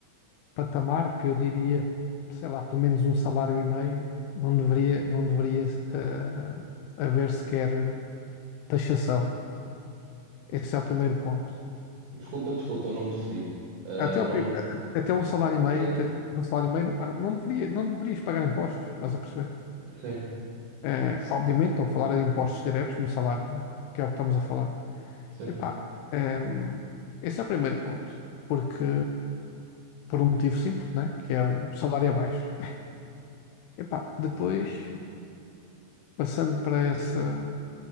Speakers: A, on the left; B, on the right.
A: patamar que eu diria, sei lá, pelo menos um salário e meio, não deveria, não deveria eh, haver sequer taxação. Esse é o primeiro ponto.
B: Desculpa, desculpa, não percebi. Ah,
A: Até,
B: não...
A: o, pri- até um salário e meio,
B: Sim,
A: até um salário e meio, não, pá, não, não deveria, não deverias pagar impostos, estás a perceber?
B: sim,
A: Eh, obviamente, estou a falar de impostos diretos no salário, né? Que é o que estamos a falar.
B: sim,
A: Epá, ehm, esse é o primeiro ponto, porque por um motivo simples, né? Que é o salário é baixo. Epá, depois, passando para essa,